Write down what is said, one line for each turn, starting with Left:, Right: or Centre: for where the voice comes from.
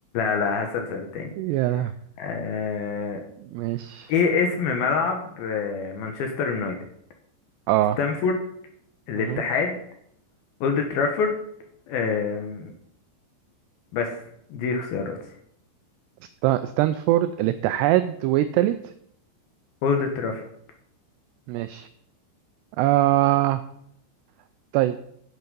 Left: لا لا هسأل سؤال تاني
Right: <laughs> يا لهوي.
Left: آه،
Right: ماشي
Left: ايه اسم ملعب آه، مانشستر يونايتد؟
Right: اه
Left: ستامفورد الاتحاد
Right: مهم.
Left: اولد ترافورد آم، بس دي اختياراتي
Right: ستا- ستانفورد الاتحاد وايه التالت
Left: اولد ترافورد
Right: ماشي آه طيب